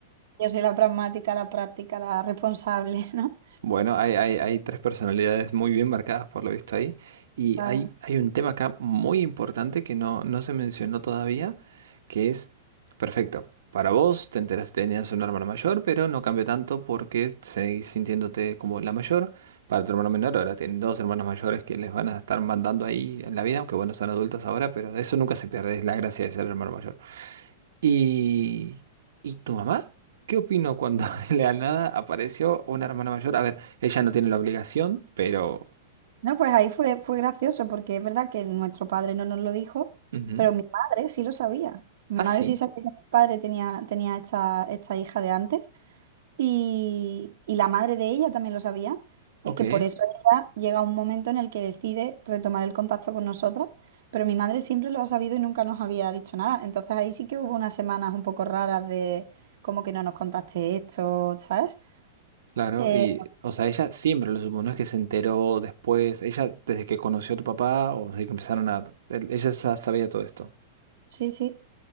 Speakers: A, on the right (about 55°); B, on the right (about 80°).
A: yo soy la pragmática, la práctica, la responsable, <laughs> ¿no?
B: Bueno, hay, hay, hay tres personalidades muy bien marcadas por lo visto ahí. Y
A: Claro.
B: hay, hay un tema acá muy importante que no, no se mencionó todavía, que es, perfecto, para vos te enteraste que tenías un hermano mayor, pero no cambió tanto porque seguís sintiéndote como la mayor. Para tu hermano menor, ahora tienen dos hermanos mayores que les van a estar mandando ahí en la vida, aunque bueno, son adultas ahora, pero eso nunca se pierde, es la gracia de ser hermano mayor. ¿Y, y tu mamá? ¿Qué opinó cuando <laughs> de la nada apareció una hermana mayor? A ver, ella no tiene la obligación, pero...
A: No, pues ahí fue, fue gracioso porque es verdad que nuestro padre no nos lo dijo,
B: ujú.
A: pero mi madre sí lo sabía. Mi
B: Ah,
A: madre
B: sí,
A: sí sabía que mi padre tenía, tenía esta, esta hija de antes y, y la madre de ella también lo sabía.
B: ok,
A: Es que por eso ella llega un momento en el que decide retomar el contacto con nosotras, pero mi madre siempre lo ha sabido y nunca nos había dicho nada. Entonces ahí sí que hubo unas semanas un poco raras de como que no nos contaste esto, ¿sabes?
B: claro.
A: Eh,
B: Y, o sea, ella siempre lo supo, no es que se enteró después, ella desde que conoció a tu papá o desde que empezaron a... el- Ella ya sabía todo esto.
A: sí, sí.